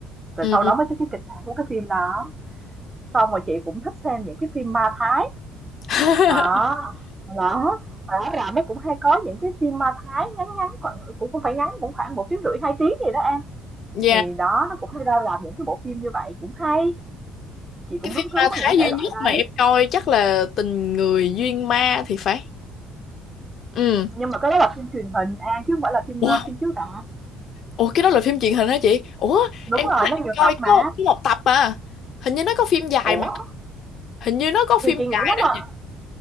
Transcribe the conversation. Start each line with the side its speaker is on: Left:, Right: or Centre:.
Right: rồi
Left: Ừ.
Right: sau đó mới tới cái kịch bản của cái phim đó xong rồi chị cũng thích xem những cái phim ma Thái
Left: <laughs>
Right: Đó, đó, rõ ràng nó cũng hay có những cái phim ma Thái ngắn ngắn khoảng cũng không phải ngắn, cũng khoảng một tiếng, rưỡi 2 tiếng gì đó em.
Left: Ừ.
Right: Thì đó, nó cũng hay ra làm những cái bộ phim như vậy cũng hay. Chị cũng
Left: Cái
Right: hứng
Left: phim
Right: thú
Left: ma
Right: với
Left: Thái
Right: những thể
Left: duy
Right: loại
Left: nhất
Right: đấy.
Left: mà em coi chắc là Tình Người Duyên Ma thì phải. Ừ.
Right: Nhưng mà cái đó là phim truyền hình An chứ không phải là phim
Left: Ủa,
Right: ờ, phim chiếu rạp.
Left: ủa cái đó là phim truyền hình hả chị? Ủa,
Right: Đúng
Left: em
Right: rồi,
Left: nhớ là
Right: nó
Left: em
Right: nhiều
Left: coi
Right: tập mà.
Left: có, có một tập à. Hình như nó có phim dài
Right: Ủa,
Left: mà. Hình như nó có
Right: thì
Left: phim
Right: chị nghĩ
Left: dài
Right: nó là
Left: đó chị.